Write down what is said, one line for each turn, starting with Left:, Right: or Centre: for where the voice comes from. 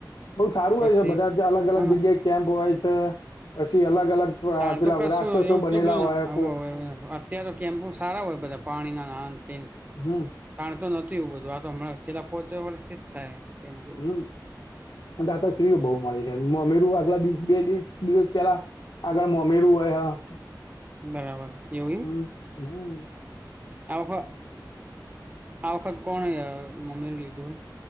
Left: બહું સારું
Right: પછી
Left: હોય છે, બધા જ અલગ-અલગ
Right: હા
Left: જગ્યાએ કેમ્પ હોય છે પછી અલગ અલગ પ-
Right: તા
Left: પેલા
Right: તો કશું
Left: રાક્ષસો
Right: <unintelligible>
Left: બનેલા હોય કો
Right: ત્યારે કેમ્પો સારા હોય બધા, પાણીનાના આન તેન.
Left: હમ
Right: તાણ તો નથી એવું બધું, આ તો હમણાં છેલ્લા પોચા વર્ષ થી થાય હે કેમ્ચુ
Left: હમ દાતાશ્રીઓ બહુ મળી રહે. મોમેરું આગલા દિ બે દિસ દિવસ પહેલા આગળ મોમીરું હોય હ
Right: બરાબર. એવું
Left: હમ્મ-હમ્મ.
Right: એમ આ વખ આ વખત કોણ મોમીરું લીધું?